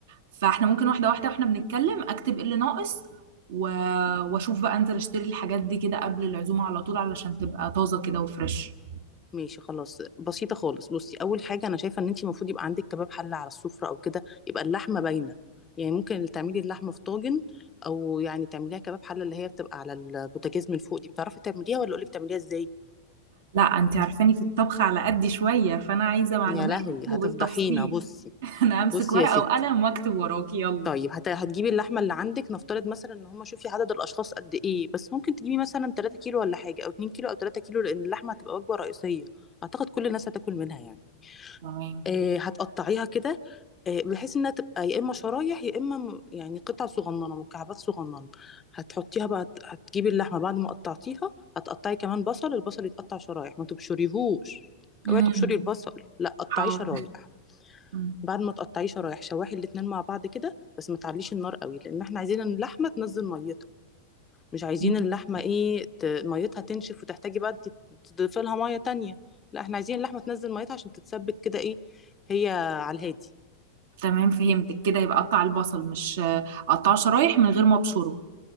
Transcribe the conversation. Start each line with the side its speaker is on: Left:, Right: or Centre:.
Right: فاحنا ممكن واحدة واحدة واحنا بنتكلم أكتب إيه اللي ناقص و... وأشوف بقى أنزل أشتري الحاجات دي كده قبل العزومة على طول علشان تبقى طازة كده وفريش
Left: ماشي خلاص بسيطة خالص بصي أول حاجة أنا شايفة إن أنتي المفروض يبقى عندك كباب حلة على السفرة أو كده يبقى اللحمة باينة يعني ممكن تعملي اللحمة في طاجن أو يعني تعمليها كباب حلة اللي هي بتبقى على البوتاجاز من فوق دي بتعرفي تعمليها ولا أقولك تعمليها إزاي؟
Right: لا انت عارفاني في الطبخ على قدي شوية فانا عايزة معلوماتك
Left: يا لهوي
Right: وبالتفصيل
Left: هتفضحينا بصي
Right: <laughs> انا امسك
Left: بصي
Right: ورقة
Left: يا ستي
Right: وقلم واكتب وراكي يلا
Left: طيب هت... هتجيبي اللحمة اللي عندك نفترض مثلا إن هما شوفي عدد الأشخاص قد إيه بس ممكن تجيبي مثلا 3 كيلو ولا حاجة أو 2 كيلو أو 3 كيلو لأن اللحمة هتبقى وجبة رئيسية أعتقد كل الناس هتاكل منها يعني
Right: تمام
Left: آه، هتقطعيها كده آه، بحيث انها تبقى يا اما شرايح يا اما م- يعني قطع صغننه مكعبات صغننه هتحطيها بقى هتجيبي اللحمه بعد ما قطعتيها هتقطعي كمان بصل البصل يتقطع شرايح ما تبشريهوش
Right: امم
Left: اوعي تبشري البصل لا قطعيه
Right: حاضر
Left: شرايح
Right: مم.
Left: بعد ما تقطعيه شرايح شواحي الاتنين مع بعض كده بس ما تعليش النار قوي لان احنا عايزين اللحمه تنزل ميتها مش عايزين
Right: مم.
Left: اللحمة ايه ت- ميتها تنشف وتحتاجي بقى انت تضيفي لها مية تانية لا احنا عايزين اللحمة تنزل ميتها عشان تتسبك كده ايه هي على الهادي
Right: تمام فهمتك كده يبقى اقطع البصل مش اقطعه شرايح من غير ما ابشره